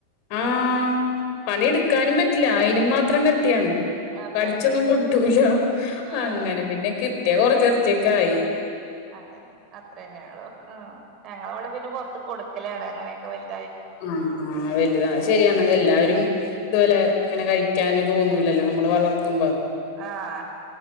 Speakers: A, on the left (about 45°); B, on the right (about 35°).
A: ആ പണി എടുക്കാനും പറ്റില്ല അയിനും മാത്രം കട്ടിയാണ്
B: അതെ
A: പഠിച്ചൊന്നും കൊട്ടൂല
B: ആഹ്
A: അങ്ങനെ പിന്നെ കിട്ടിയ കൊറച്ചെറച്ചിയക്കായി
B: അതെ അത്ര തന്നെ ഉള്ളു ആ ഞങ്ങളിവിടെ പിന്നെ പൊറത്ത് കൊടുക്കലാണ് അങ്ങനെയൊക്കെ വലി
A: ആ ആ വലുതാ ശരിയാണ് എല്ലാവാരും ഇതുപോലെ അങ്ങനെ കഴിക്കാന് തോന്നൂലല്ലോ നമ്മള് വളർത്തുമ്പം
B: ആഹ്